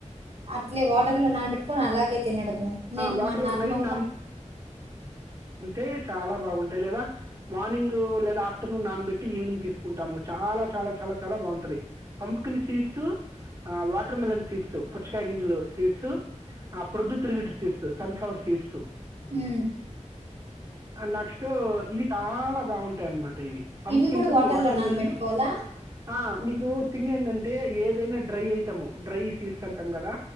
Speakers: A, on the right; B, on the right.
A: అట్లే వాటర్లో నానబెట్టుకొని అలాగే తినడము నేను
B: వాటర్లో
A: మా నార్మల్గా
B: నైట్ తే చాలా బాగుంటాయి లేదా మార్నింగ్ గు లేదా ఆఫ్టర్నూన్ నానబెట్టి ఈవినింగ్ తీస్ కుంటాము చాలా చాలా చాలా చాలా బాగుంటది. పంప్కిన్ సీడ్స్ ఆ వాటర్ మెలన్ సీడ్స్ పుచ్చకాయ గింజలు. సీడ్స్ ఆ ప్రొద్దు తిరుగుడు సీడ్స్ సన్ఫ్లవర్ సీడ్స్
A: మ్
B: ఆ నెక్స్ట్ఇవి చాల బాగుంటాయి అన్మాట. దేవి పంప్కిన్ను
A: ఇవి కూడా వాటర్‌లో
B: వాటర్
A: నానబెట్టుకోవాలా?
B: మిలను ఆ మీకు తింగ్ ఏంటంటే ఏదైనా డ్రై ఐటమ్ డ్రై సీడ్స్ అంటాం కదా,